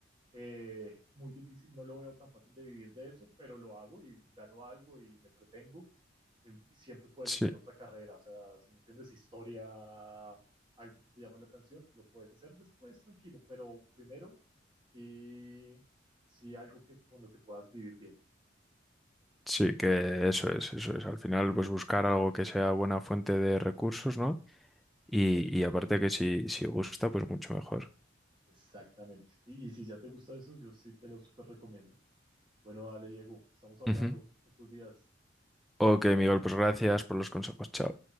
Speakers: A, on the right; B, in the centre.
A: Eh, muy difícil, no lo veo tan fácil de vivir de eso, pero lo hago y gano algo y me entretengo. Y siempre puedes
B: Sí,
A: hacer otra carrera, o sea, si me entiendes, historia, algo que te llame la atención, lo puedes hacer después, tranquilo, pero primero, y sí algo que, con lo que puedas vivir bien.
B: sí, que eso es, eso es. Al final pues buscar algo que sea buena fuente de recursos, ¿no? Y,
A: Eh,
B: y aparte que si, si gusta, pues mucho mejor.
A: exactamente. Y, y si ya te gusta eso, yo sí te lo súper recomiendo. Bueno, dale, Diego, estamos hablando
B: Ujú.
A: estos días.
B: Ok,
A: Chao, chao.
B: Miguel, pues gracias por los consejos. Chao.